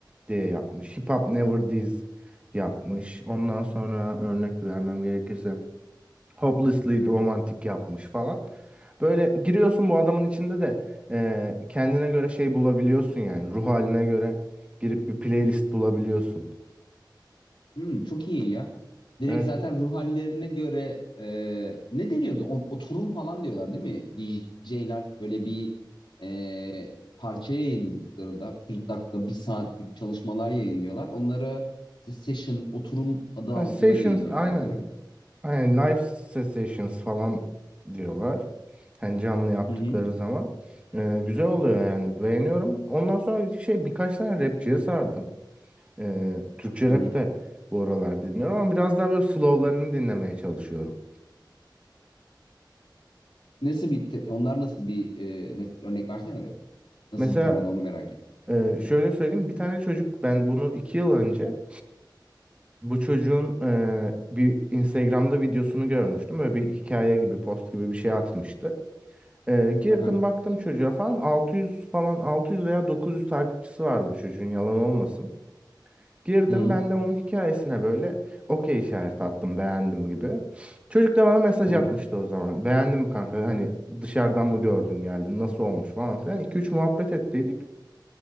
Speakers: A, on the right (about 15°); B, on the left (about 85°).
A: diye yapmış. Hip Hop Never Dies yapmış. Ondan sonra örnek vermem gerekirse Hopelessly Romantic yapmış falan. Böyle giriyorsun bu adamın içinde de eee, kendine göre şey bulabiliyorsun yani ruh haline göre girip bir playlist bulabiliyorsun.
B: Hmm, çok iyi ya. Direkt
A: Evet.
B: zaten ruh hallerine göre e, ne deniyordu? O- Oturum falan diyorlar değil mi? DJ'ler böyle bir e, parça yayınladıklarında 40 dakika, bir saatlik çalışmalar yayınlıyorlar. Onları işte session, oturum adı
A: Ha,
B: altında
A: Sessions
B: yayınlıyorlar
A: aynen.
B: değil mi?
A: Aynen live sessions falan diyorlar. Hani canlı yaptıkları
B: Hı hı.
A: zaman. Ee, güzel oluyor yani. Beğeniyorum. Ondan sonra şey birkaç tane rapçiye sardım. Ee, Türkçe
B: Hı
A: rap
B: hı.
A: de bu aralar dinliyorum ama biraz daha böyle slowlarını dinlemeye çalışıyorum.
B: Nasıl bir te- onlar nasıl bir e, mes- örnek versene be. Nasıl
A: Mesela
B: bir temada onu merak ettim.
A: e, şöyle söyleyeyim. Bir tane çocuk ben bunu iki yıl önce bu çocuğun e, bir Instagram'da videosunu görmüştüm. Böyle bir hikaye gibi post gibi bir şey atmıştı. Ee, girdim
B: Hı hı.
A: baktım çocuğa falan 600 falan 600 veya 900 takipçisi vardı bu çocuğun yalan olmasın. Girdim
B: Hı hı.
A: ben de onun hikayesine böyle okey işareti attım beğendim gibi. Çocuk da bana mesaj
B: Hı
A: atmıştı
B: hı.
A: o zaman. Beğendin mi kanka hani dışarıdan mı gördün geldin nasıl olmuş falan filan. 2-3 muhabbet ettiydik.